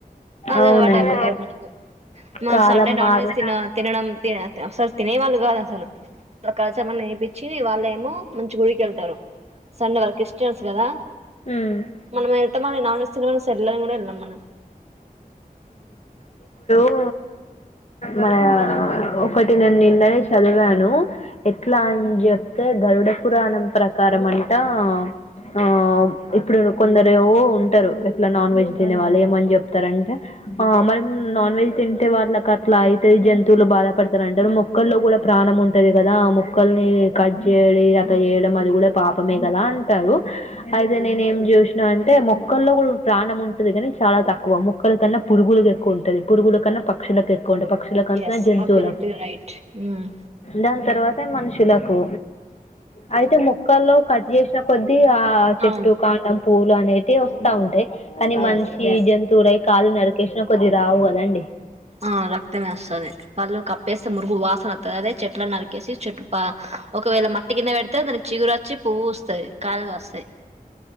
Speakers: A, on the right (about 45°); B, on the left (about 45°).
A: అదే
B: అవునండి
A: అలవాటు అయిపోతది. మనకు మన
B: కాలం
A: సండే నాన్
B: మారు
A: వెజ్ తిన తినడం తిన అసలు తినే వాళ్ళు గాదు అసలు కలచమని నేపించి వాళ్ళ ఏమో మంచి గుడికిళ్తారు సండే వాళ్ళ క్రిస్టియన్స్ కదా
B: ఉమ్
A: మనం వెళ్తామని నాన్ వెజ్ తినమని సల్లేని కూడా వెళ్ళాం మనం.
B: ఓ మన ఒకటి నేను నిన్ననే చదివాను. ఎట్లా అని చెప్తే గరుడ పురాణం ప్రకారం అంటా ఆ ఇప్పుడు కొందరు ఏవో ఉంటరు. ఎట్లా నాన్ వెజ్ తినే వాళ్ళు ఏమని చెప్తారంటే, ఆ మనం నాన్ వెజ్ తింటే వాళ్ళకి అట్లా అయితయి. జంతువులు బాధపడతారు అంటరు. మొక్కల్లో కూడా ప్రాణం ఉంటది కదా. మొక్కల్ని కట్ జేయలి అట్ట చేయడం. అది కూడా పాపమే కదా అంటారు. అయితే నేను ఏం జూసినా అంటే మొక్కల్లో కూడా ప్రాణం ఉంటది కాని, చాలా తక్కువ. మొక్కల కన్నా పురుగులకి ఎక్కువ ఉంటది. పురుగుల కన్నా పక్షులకు ఎక్కువ కుంట పక్షులకు అంత
A: ఎస్
B: జంతువులకు
A: అబ్జల్యూట్లీ రైట్ మ్మ్
B: దాని తర్వాత మనుషులకు అయితే మొక్కల్లో కట్ చేసిన కొద్దీ ఆ చెట్టు
A: అవును
B: కాండం పూ అనేటివి వస్తా ఉంటయ్ కానీ మనిషి
A: ఎస్ ఎస్
B: జంతువు రై కాళ్ళు నరికేసినా కొద్ది రావాలండి
A: ఆ అట్టనే వస్తాది వాళ్ళు కప్ మురుగు వాసన వత్తది. చెట్లను నరికేసి చెట్టు ఒకవేళ మట్టి కింద పెడితే, దానికి చిగురోచ్చి పువ్వు వస్తది. కాయలు కాస్తాయి.